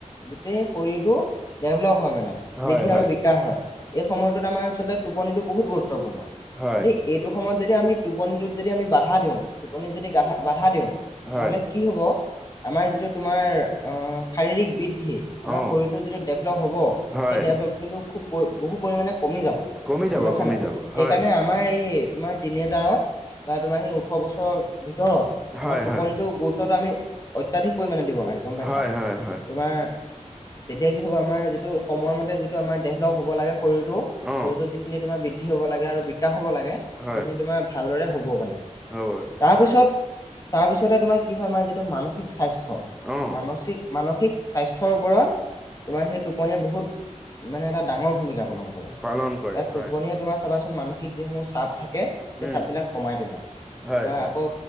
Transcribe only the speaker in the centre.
হয়,
হয়।
হয়।
হয়,
অ',
হয়,
কমি যাব,
কমি
যাব,
হয়।
হয়,
হয়,
হয়, হয়, হয়,
অ',
হয়,
হ'ব লাগে
হয়,
অ',
পালন কৰে
হয়।
উম,
হয়
হয়